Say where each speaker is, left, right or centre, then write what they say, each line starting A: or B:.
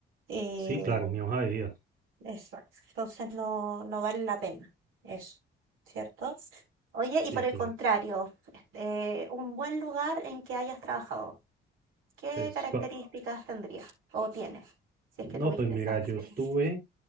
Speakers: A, on the right; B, on the right.
A: eh,
B: sí, claro, mi hoja de vida.
A: exacto. Entonces no, no vale la pena eso, ¿cierto? Oye, y
B: Sí,
A: por el
B: claro.
A: contrario, este, un buen lugar en que hayas trabajado, ¿qué
B: Pues,
A: características
B: cua-
A: tendría o tienes si es
B: no,
A: que tuviste
B: pues mira,
A: esa experiencia?
B: yo estuve,